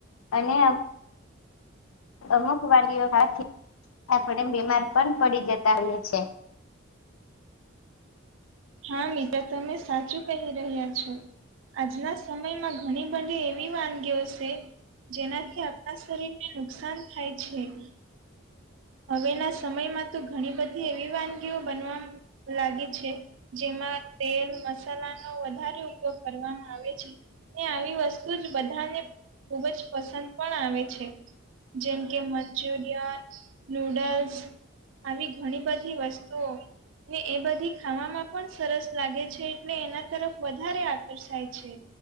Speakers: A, on the left; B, on the right.
A: અને અમુક વાનગીઓ આપણે બીમાર પણ પડી જતા હોઈએ છે.
B: હા મિત્ર. તમે સાચું કહી રહ્યા છો. આજના સમયમાં ઘણી બધી એવી વાનગીઓ છે. જેનાથી આપણા શરીર ને નુકસાન થાય છે. હવે ના સમયમાં તો ઘણી બધી એવી વાનગીઓ બનવા. લાગે છે. જેમાં તેલ મસાલાનો વધારે ઉપયોગ. કરવામાં આવે છે. ને આવી વસ્તુ જ બધાને ખુબ જ પસંદ પણ આવે છે. જેમ કે મંચુરિયન. નૂડલ્સ. આવી ઘણી બધી વસ્તુઓ. ને એ બધી ખાવામાં પણ સરસ લાગે છે. એટલે એના તરફ વધારે આકર્ષાય છે.